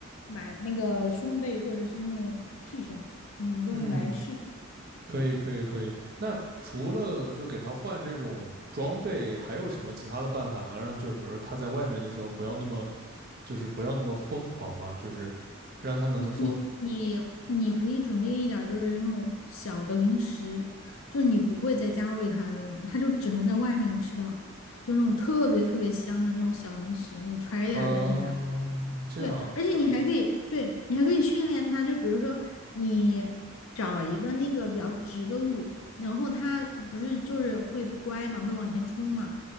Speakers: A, on the left; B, on the right.
A: 买那个胸背或者是那种屁绳，你用来试。
B: 嗯。可以，可以，可以。那除了就给他换这种装备，还有什么其他的办法能让就是，比如他在外面的时候不要那么就是不要那么疯狂嘛？就是让他能说
A: 你你你你可以准备一点儿，就是那种小的零食，就是你不会在家喂它的那种，它就只能在外面吃到，就是那种特别特别香的那种小零食，你揣一点儿在身上。
B: 啊、呃这样，
A: 对，而且你还可以，对，你还可以训练它，就比如说你找一个那个比较直的路，然后它不是就是会不乖嘛，会往前冲嘛，